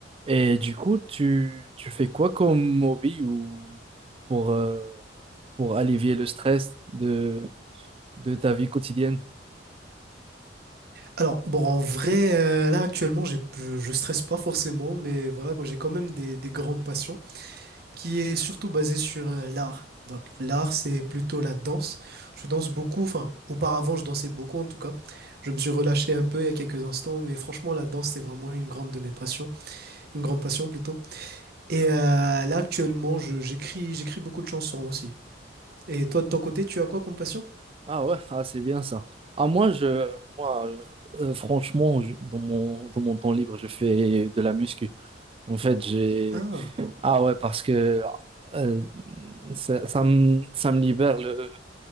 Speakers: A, on the right; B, on the right.
A: Et du coup, tu, tu fais quoi comme hobby ou pour, euh, pour allévier le stress de, de ta vie quotidienne?
B: Alors, bon, en vrai, euh, là, actuellement, j'ai, je, je stresse pas forcément, mais voilà, quoi, j'ai quand même des, des grandes passions qui est surtout basée sur euh, l'art. Donc, l'art, c'est plutôt la danse. Je danse beaucoup, enfin, auparavant, je dansais beaucoup en tout cas. Je me suis relâché un peu il y a quelques instants, mais franchement, la danse, c'est vraiment une grande de mes passions, une grande passion plutôt. Et euh, là, actuellement, je, j'écris, j'écris beaucoup de chansons aussi. Et toi, de ton côté, tu as quoi comme passion?
A: Ah ouais, ah, c'est bien ça. Ah, moi, je, moi euh, franchement, je- dans mon, dans mon temps libre, je fais de la muscu. En fait, j'ai...
B: Ah,
A: Ah ouais, parce que euh, ça, ça me, ça me libère le